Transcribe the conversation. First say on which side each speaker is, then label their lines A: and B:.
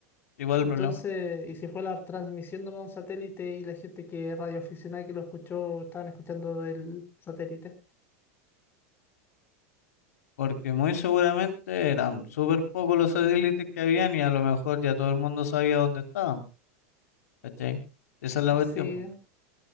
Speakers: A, on the left (about 85°); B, on the left (about 25°).
A: igual
B: Entonces,
A: el problema.
B: y si fue la transmisión de un satélite y la gente que radioaficionada que lo escuchó estaban escuchando del satélite.
A: Porque muy seguramente eran súper pocos los satélites que habían y a lo mejor ya todo el mundo sabía dónde estaban. ¿Cachai? Esa es la cuestión.
B: Sí,
A: po.